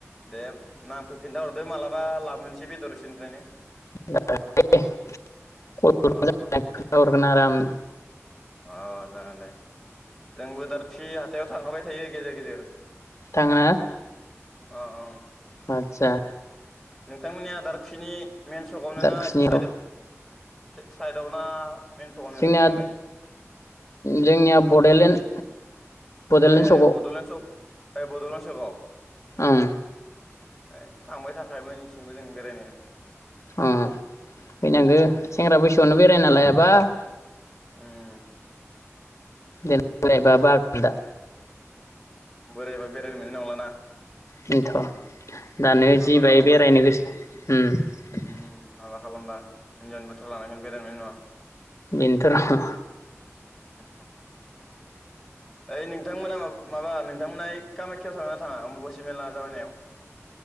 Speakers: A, in the centre; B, on the left.
A: दे नामफोर खिन्थाहर हरदो मालाबा लाबोनोसै बेदर इसोरनिफ्रायनो
B: <unintelligible>
A: अ अ
B: गोन आरामनो
A: अ जागोन दे जोंबो दारखुसि हाथाइयाव थांखाबाय थायो गेजेर गेजेर
B: थाङो ना
A: अ औ
B: आतसा
A: नोंथांमोननि दारखुसिनि मेेन सकआवनो
B: दारखुसिनियाव
A: ना एसे साइदआव साइदआव ना मेन सकावनो
B: जोंनिया
A: नआलाय
B: जोंनिया बडलेण्ड बड'लेण्ड
A: ए
B: सकआव
A: बडलेण्ड सख ए बडलेण्ड सकाव
B: ओं
A: ए थांबाय थाखायोमोन इसिंबो जों बेरायनो
B: अम फैनांगो
A: उम
B: सेंग्रा बैसोआवनो बेरायना लायाबा
A: उम
B: देनां बोरायबा बागोन्दा।
A: बोरायबा बेरायनो मोननाय नंलाना।
B: बेथ' दानो
A: हाबा
B: जिबाय
A: खालामबाथाय
B: बेरायनो गोसो उम
A: उम हाबा खालामबा हिनजावनि बाथ्रा लानांगोन बेरायनो मोननाय नङा।
B: बेनोथ' र'।
A: <unintelligible> ओइ नोंथांमोना माबा नों नोंथांमोना कामाख्याव थाङोना थाङा अम्बुबासि मेला जाबायनायाव?